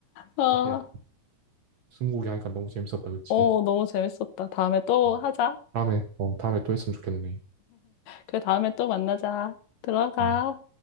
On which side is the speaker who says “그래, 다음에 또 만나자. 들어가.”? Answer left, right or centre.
Left